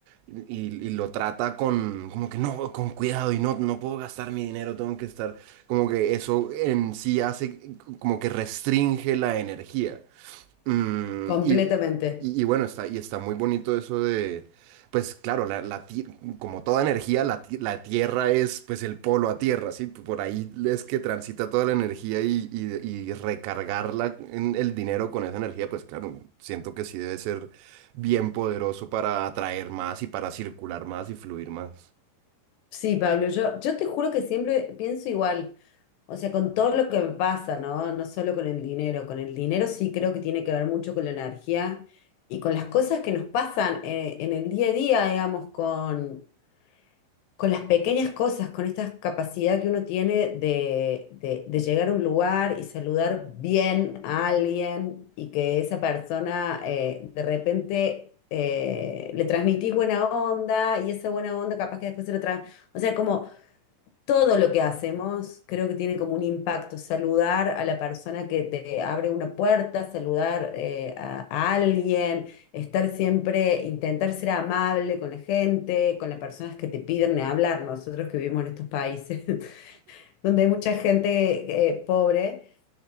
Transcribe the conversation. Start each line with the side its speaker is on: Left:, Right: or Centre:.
Right: y, y lo trata con, como que no, con cuidado, y no, no puedo gastar mi dinero, tengo que estar, como que eso en sí hace, como que restringe la energía. Mm,
Left: completamente.
Right: y, y- y bueno, está, y está muy bonito eso de, pues claro, la, la ti- como toda energía, la, ti- la Tierra es pues el polo a Tierra, ¿sí? Por ahí es que transita toda la energía y, y, y recargarla en el dinero con esa energía, pues claro, siento que sí debe ser bien poderoso para atraer más y para circular más y fluir más.
Left: Sí, Pablo, yo, yo te juro que siempre pienso igual, o sea, con todo lo que me pasa, ¿no? No solo con el dinero, con el dinero sí creo que tiene que ver mucho con la energía y con las cosas que nos pasan eh, en el día a día, digamos, con, con las pequeñas cosas, con esta capacidad que uno tiene de, de, de llegar a un lugar y saludar bien a alguien y que esa persona eh, de repente... eh, le transmitís buena onda y esa buena onda capaz que después se lo trae. O sea, como todo lo que hacemos creo que tiene como un impacto. Saludar a la persona que te abre una puerta, saludar eh, a, a alguien, estar siempre, intentar ser amable con la gente, con las personas que te piden hablar. Nosotros que vivimos en estos países <laughs> donde hay mucha gente eh, pobre,